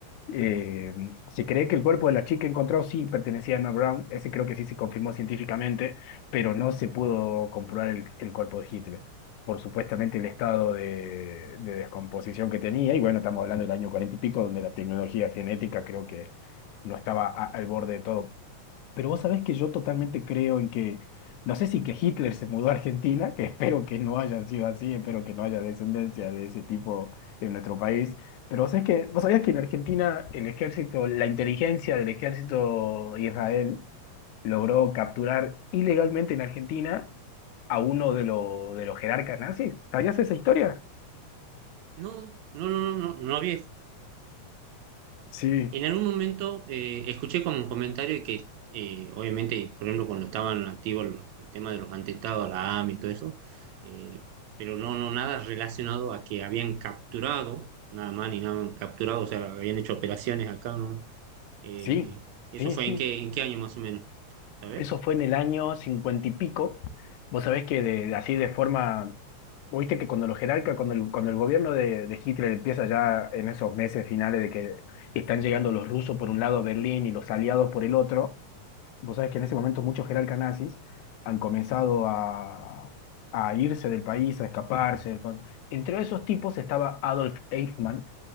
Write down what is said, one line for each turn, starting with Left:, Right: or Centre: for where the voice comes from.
Left: Eh, se cree que el cuerpo de la chica encontrado sí pertenecía a Emma Brown, ese creo que sí se confirmó científicamente, pero no se pudo comprobar el, el cuerpo de Hitler por supuestamente el estado de, de descomposición que tenía, y bueno, estamos hablando del año cuarenta y pico, donde la tecnología genética creo que no estaba a- al borde de todo pero vos sabés que yo totalmente creo en que, no sé si que Hitler se mudó a Argentina, que <laughs> espero que no haya sido así, espero que no haya descendencia de ese tipo en nuestro país, pero vos sabés que, vos sabías que en Argentina el ejército, la inteligencia del ejército Israel logró capturar ilegalmente en Argentina a uno de, lo- de los jerarcas nazis. ¿Sabías esa historia?
Right: No, no, no, no, no, no había.
Left: Sí,
Right: En algún momento eh, escuché como un comentario de que, eh, obviamente, por ejemplo, cuando estaban activos los- el tema de los atentados, la AMI y todo eso, eh, pero no, no, nada relacionado a que habían capturado, nada más ni nada, capturado, o sea, habían hecho operaciones acá, ¿no? Eh,
Left: sí,
Right: ¿eso
Left: sí,
Right: fue
Left: sí.
Right: en qué, en qué año más o menos? ¿Sabes?
Left: Eso fue en el año cincuenta y pico. Vos sabés que de, así de
Right: Ah,
Left: forma, viste que cuando los jerarcas, cuando el, cuando el gobierno de, de Hitler empieza ya en esos meses finales de que están llegando los rusos por un lado a Berlín y los aliados por el otro, vos sabés que en ese momento muchos jerarcas nazis han comenzado a, a irse del país, a escaparse. con- Entre esos tipos estaba Adolf Eichmann,